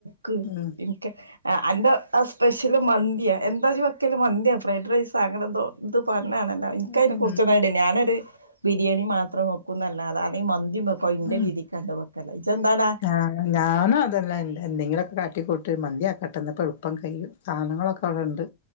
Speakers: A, on the right (about 85°); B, on the left (about 55°).
A: ക്ക്
B: ഉം
A: എൻ ക്ക് അന്റെ സ്പെഷ്യല് മന്തിയാ എന്താ വെക്കല് മന്തിയാ ഫ്രൈഡ് റൈസ അങ്ങനെ എന്തോ ഇത് പറഞ്ഞെ യാണ് എനിക്ക
B: ഉം
A: അതിനെ കുറിച്ചൊന്നായി ഞാനൊരു ബിരിയാണി മാത്രം വെക്കും എന്നല്ലാതെ അല്ലെ മന്തി വെക്ക <unintelligible>
B: ഉം
A: ഇജെന്താണാ
B: ആഹ് ഞാനും അതെല്ലാം എ എന്തെങ്കിലൊ കാട്ടിക്കൂട്ട് മന്തിയാക്കട്ടെ ഇന്നാപ്പം എളുപ്പം കൈയും സാധനങ്ങളൊക്കെ അവടെണ്ട്